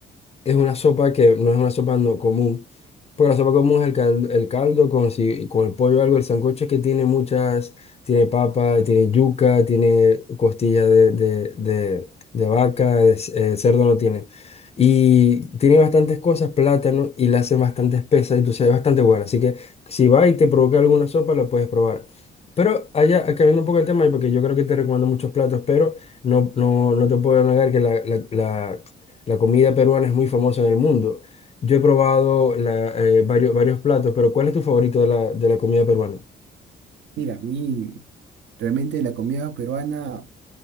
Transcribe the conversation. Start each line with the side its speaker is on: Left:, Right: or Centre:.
Left: es una sopa que no es una sopa no común. Porque la sopa común es el caldo, el caldo con, si, con el pollo o algo. El sancocho es que tiene muchas, tiene papa, tiene yuca, tiene costilla de, de, de, de vaca, de c- eh, cerdo no tiene. Y tiene bastantes cosas, plátano, y la hace bastante espesa, entonces es bastante buena. Así que si va y te provoca alguna sopa, la puedes probar. Pero allá, cambiando un poco el tema, y porque yo creo que te recomiendo muchos platos, pero... No, no, no te puedo negar que la, la, la comida peruana es muy famosa en el mundo. Yo he probado la- eh, varios, varios platos, pero ¿cuál es tu favorito de la, de la comida peruana?
Right: Mira, a mí realmente la comida peruana.